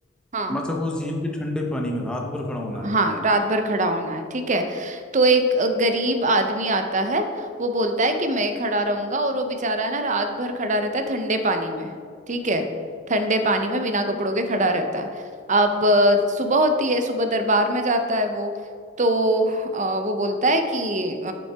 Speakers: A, on the right; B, in the centre.
A: हाँ
B: मतलब वो झील के ठंडे पानी में रात भर खड़ा होना है
A: हाँ रात भर खड़ा होना है ठीक है तो एक अ, गरीब आदमी आता है वो बोलता है कि मैं खड़ा रहूंगा और वो बेचारा है ना रात भर खड़ा रहता है ठंडे पानी में ठीक है ठंडे पानी में बिना कपड़ों के खड़ा रहता है अब अ, सुबह होती है सुबह दरबार में जाता है वो तो अ, वो बोलता है कि अ,